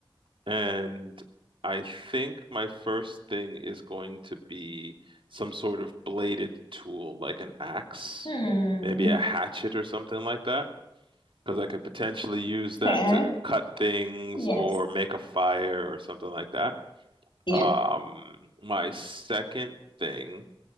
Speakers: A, on the right (about 70°); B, on the left (about 60°).
A: and I think my first thing is going to be some sort of bladed tool, like an axe,
B: Hmm.
A: maybe a hatchet or something like that. Because I could potentially use that
B: Fair.
A: to cut things
B: Yes.
A: or make a fire or something like that.
B: Yeah.
A: Um, my second thing